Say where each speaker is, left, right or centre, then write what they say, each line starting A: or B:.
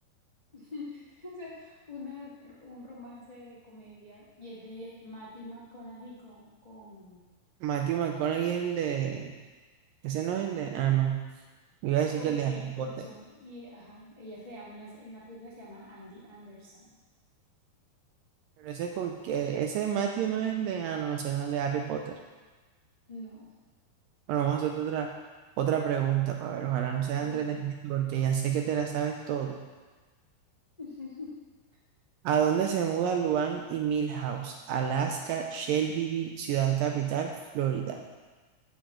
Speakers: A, on the left; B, on the right.
A: <laughs> O sea, una, un romance de comedia. Y es de Matthew McConaughey con, con,
B: Matthew McConaughey es el de... Ese no es el de... Ah, no. Iba a decir
A: con
B: que el de
A: Kate
B: Harry Potter.
A: Hudson. Y ajá, ella se llama, en la, en la película se llama Andy Anderson.
B: Pero ese, con... que- ese Matthew no es el de... Ah, no, ese no es el de Harry Potter.
A: No,
B: Bueno, vamos a hacer otra, otra pregunta para ver, ojalá no sea
A: de
B: entretenimiento
A: una.
B: porque ya sé que te la sabes todo.
A: <laughs>
B: ¿A dónde se mudan Luan y Milhouse? Alaska, Shelbyville, Ciudad Capital, Florida.